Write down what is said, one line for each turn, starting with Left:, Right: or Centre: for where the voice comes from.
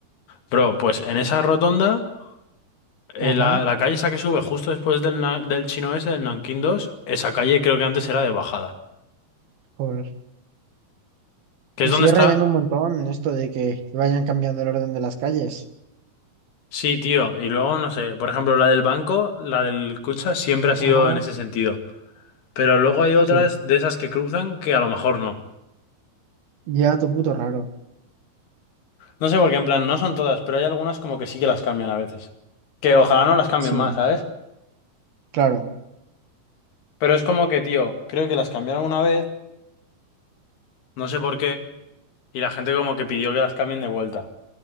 Left: Bro, pues en esa rotonda, eh,
Right: ajá.
Left: la, la calle esa que sube justo después del, na- del chino ese, del Nanking dos, esa calle creo que antes era de bajada,
Right: Joder.
Left: que
Right: Me
Left: es donde
Right: sigue
Left: está
Right: rayando un montón esto de que vayan cambiando el orden de las calles.
Left: Sí, tío, y luego no sé, por ejemplo, la del banco, la del Kutxa siempre ha sido
Right: Ajá,
Left: en ese sentido, pero luego hay otras
Right: sí.
Left: de esas que cruzan que a lo mejor no.
Right: Ya, tu puto raro.
Left: No sé por qué, en plan, no son todas, pero hay algunas como que sí que las cambian a veces. Que ojalá no las cambien
Right: Sí,
Left: más, ¿sabes?
Right: claro,
Left: Pero es como que, tío, creo que las cambiaron una vez, no sé por qué, y la gente como que pidió que las cambien de vuelta.